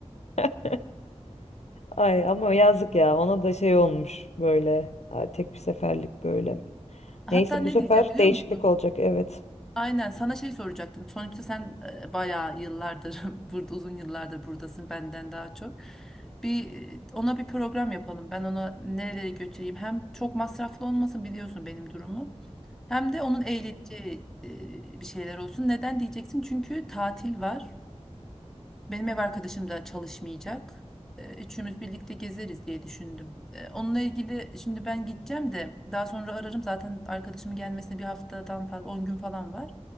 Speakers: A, on the left (about 70°); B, in the centre.
A: <laughs> Ay ama yazık ya ona da şey olmuş böyle ay, tek bir seferlik böyle.
B: Hatta
A: Neyse
B: ne
A: bu sefer
B: diyeceğim biliyor
A: değişiklik
B: musun?
A: olacak evet.
B: Aynen sana şey soracaktım. Sonuçta sen e, bayağı yıllardır <laughs> burada uzun yıllardır buradasın benden daha çok. Bir e, ona bir program yapalım. Ben ona nerelere götüreyim. Hem çok masraflı olmasın biliyorsun benim durumu. Hem de onun eğleneceği e, bir şeyler olsun. Neden diyeceksin? Çünkü tatil var. Benim ev arkadaşım da çalışmayacak. Ee, Üçümüz birlikte gezeriz diye düşündüm. Ee, Onunla ilgili şimdi ben gideceğim de daha sonra ararım. Zaten arkadaşımın gelmesine bir haftadan fazla 10 gün falan var.